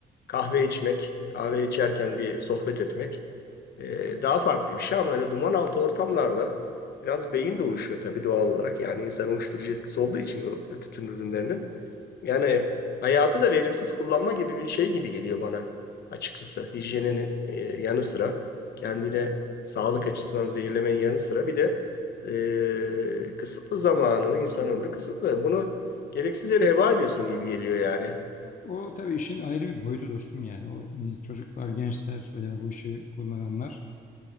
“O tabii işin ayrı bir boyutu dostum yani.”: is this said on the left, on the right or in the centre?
Left